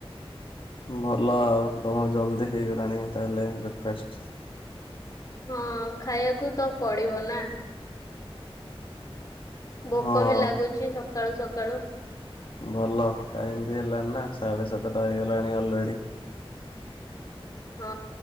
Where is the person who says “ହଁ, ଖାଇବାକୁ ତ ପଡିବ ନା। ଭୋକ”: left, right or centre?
Left